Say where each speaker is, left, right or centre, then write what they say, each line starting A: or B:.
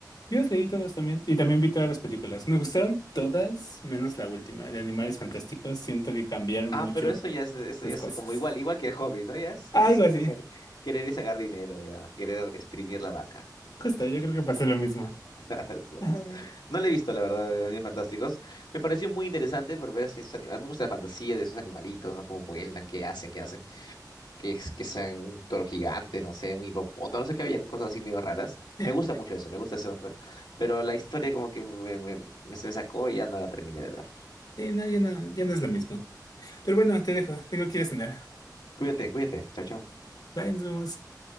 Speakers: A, on the left; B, on the left.
A: Yo los leí todos también y también vi todas las películas. Me gustaron todas, menos la última, de Animales Fantásticos. Siento que cambiaron
B: Ah,
A: mucho
B: pero eso ya es, eso
A: las
B: ya es
A: cosas.
B: como igual, igual que el hobby, ¿no? Ya es,
A: Algo
B: es-
A: así.
B: o sea, querer y sacar dinero, ya, querer exprimir la vaca.
A: Justo, yo creo que pasé lo mismo.
B: <laughs> Es lo
A: Ajá.
B: mismo.
A: <laughs>
B: No le he visto, la verdad, de Animales Fantásticos. Me pareció muy interesante por ver esos, animales me gusta la fantasía de esos animalitos, ¿no? Cómo vuelan, qué hacen, qué hacen. que es que sean toro gigante, no sé, un hipopótamo, no sé que habían cosas así medio raras.
A: Eh,
B: Me gusta mucho eso, me gusta eso, pe- pero la historia como que me, me, me- se me sacó y ya no la terminé de ver.
A: Sí, no, ya no, ya no es lo mismo. Pero bueno, te dejo. Tengo que ir a cenar.
B: Cuídate, cuídate, chao, chao.
A: Bye, nos vemos.